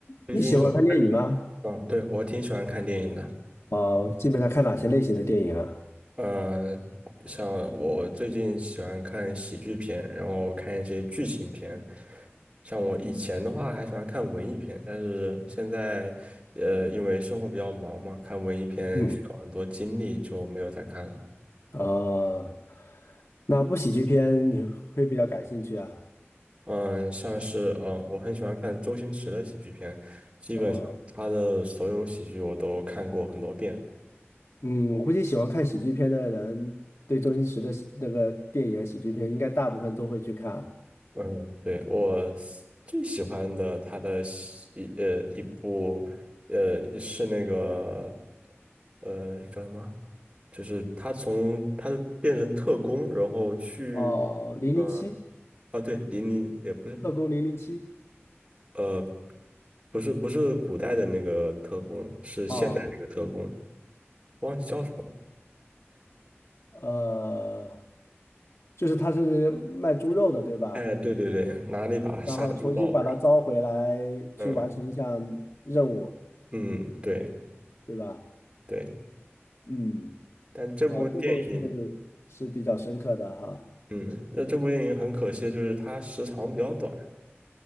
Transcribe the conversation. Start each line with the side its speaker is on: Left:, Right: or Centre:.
Right: 最近有，
Left: 你喜欢看电影吗？
Right: 嗯，对，我挺喜欢看电影的。
Left: 啊，基本上看哪些类型的电影啊？
Right: 嗯，像我最近喜欢看喜剧片，然后看一些剧情片。像我以前的话还喜欢看文艺片，但是现在，呃，因为生活比较忙嘛，看文艺片需要很多精力，
Left: 嗯，
Right: 就没有再看了。
Left: 啊，那部喜剧片你会比较感兴趣啊？
Right: 嗯，像是，嗯，我很喜欢看周星驰的喜剧片，基本上他的所有喜剧我都看过很多遍。
Left: 啊，嗯，我估计喜欢看喜剧片的人，对周星驰的喜那个电影啊喜剧片，应该大部分都会去看啊。
Right: 嗯，对，我最喜欢的他的西一呃一部呃是那个呃叫什么？就是他从他变成特工，然后去
Left: 哦，《零零七》
Right: 呃啊对，零零也不是
Left: 《特工零零七》
Right: 呃不是不是古代的那个特工，是现代那个特工，
Left: 啊，
Right: 忘记叫什么了。
Left: 呃，就是他是卖猪肉的，对吧？
Right: 哎，对对对，拿了一把杀猪刀，
Left: 然后重新把它招回来，
Right: 然后嗯
Left: 去完成一项任务，
Right: 嗯对
Left: 对吧？
Right: 对，
Left: 嗯。
Right: 但这部电影。
Left: 啊，这部片子是比较深刻的哈。
Right: 嗯，那这部电影很可惜，就是它时长比较短。